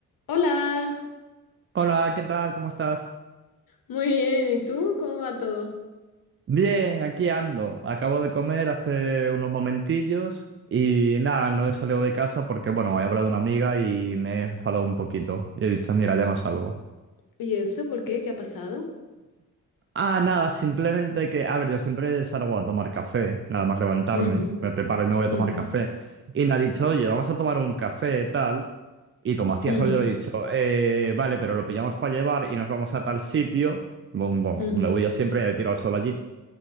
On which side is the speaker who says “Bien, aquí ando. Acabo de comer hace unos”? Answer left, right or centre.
Right